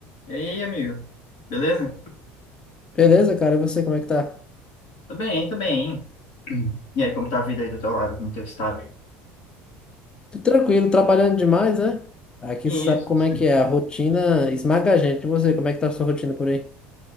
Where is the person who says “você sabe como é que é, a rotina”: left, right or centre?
Left